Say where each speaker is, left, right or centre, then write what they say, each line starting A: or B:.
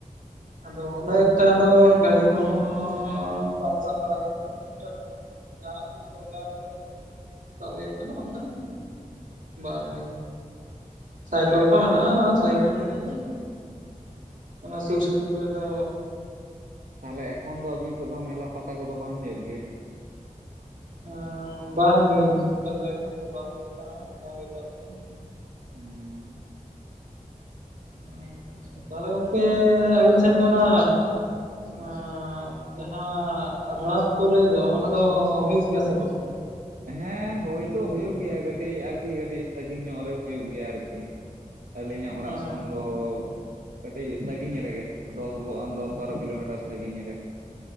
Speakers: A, on the right (about 65°); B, on the right (about 80°).
A: ᱟᱫᱚ ᱩᱱᱟᱹᱜ ᱮᱠᱴᱷᱟ ᱫᱚ ᱜᱟᱹᱲᱤ ᱠᱚᱦᱚᱸᱻ ᱵᱟᱝ ᱥᱟᱵ ᱵᱟᱲᱟ ᱦᱩᱭᱩᱜ ᱠᱟᱱᱟ ᱩᱱᱟᱹᱜ ᱮᱠᱴᱟ ᱫᱚ ᱾ ᱡᱟᱦᱟᱱᱟᱜ ᱠᱚ ᱫᱚᱨᱠᱟᱨ ᱠᱚᱨᱮ ᱠᱷᱟᱱ ᱥᱟᱵ ᱦᱳᱭᱳᱜ ᱠᱟᱱᱟ ᱵᱟᱝᱠᱷᱟᱱ ᱵᱟᱝ ᱜᱮ, ᱥᱟᱭᱠᱮᱞ ᱠᱚ ᱢᱮᱱᱟᱜᱼᱟ ᱥᱟᱭᱠᱮᱞ ᱠᱚᱛᱮ ᱜᱮ ᱾ ᱚᱱᱟ ᱥᱩᱨ ᱥᱩᱯᱩᱨ ᱠᱚᱨᱮ ᱫᱚᱻ
B: ᱛᱟᱦᱚᱞᱮ ᱮᱠᱷᱚᱱ ᱫᱚ ᱟᱹᱵᱤᱱ ᱥᱮᱫ ᱫᱚ ᱢᱮᱞᱟ ᱯᱟᱛᱟ ᱠᱚᱫᱚ ᱵᱟᱝ ᱦᱩᱭᱩᱜ ᱜᱮᱭᱟ?
A: ᱮᱸᱻ ᱵᱟᱝ ᱜᱮ ᱱᱤᱛᱚᱜ ᱫᱚ ᱮᱠᱷᱚᱱ ᱫᱚ ᱵᱟᱝ ᱦᱩᱭᱩᱜ ᱠᱟᱱᱟ, ᱵᱟᱝ ᱜᱮᱛᱟᱲᱚᱜ ᱠᱟᱱᱟ ᱾
B: ᱮᱸᱻ
A: ᱟᱪᱪᱷᱟ ᱟᱪᱪᱷᱟ ᱛᱟᱦᱚᱞᱮ ᱜᱚᱝᱠᱮ ᱟᱹᱵᱤᱱ ᱥᱮᱱ ᱫᱚ ᱚᱱᱟ ᱮᱸ ᱡᱟᱦᱟᱸ ᱨᱚᱛᱷ ᱠᱚ ᱞᱟᱹᱭ ᱫᱚ ᱚᱱᱟ ᱫᱚ ᱦᱩᱭᱩᱜ ᱜᱮᱭᱟ ᱥᱮ ᱵᱟᱝ?
B: ᱦᱮᱸ ᱦᱳᱭ ᱫᱚ ᱦᱳᱭᱳᱜ ᱜᱮᱭᱟ ᱠᱟᱹᱴᱤᱡ ᱟᱨᱠᱤ ᱠᱟᱹᱴᱤᱡ ᱥᱟᱺᱜᱤᱧ ᱧᱚᱜ ᱨᱮ ᱦᱳᱭᱳᱜ ᱜᱮᱭᱟ ᱟᱨᱠᱤ ᱾ ᱟᱹᱞᱤᱧᱟᱜ ᱚᱲᱟᱜ
A: ᱟᱪᱪᱷᱟ
B: ᱠᱷᱚᱱ ᱫᱚ ᱠᱟᱹᱴᱤᱡ ᱥᱟᱺᱜᱤᱧ ᱨᱮᱜᱮ ᱾ ᱫᱚᱥ ᱵᱚ-ᱟᱱ ᱫᱚᱥ ᱵᱟᱨᱚ ᱠᱤᱞᱳᱢᱤᱴᱟᱨ ᱥᱟᱺᱜᱤᱧ ᱨᱮ ᱾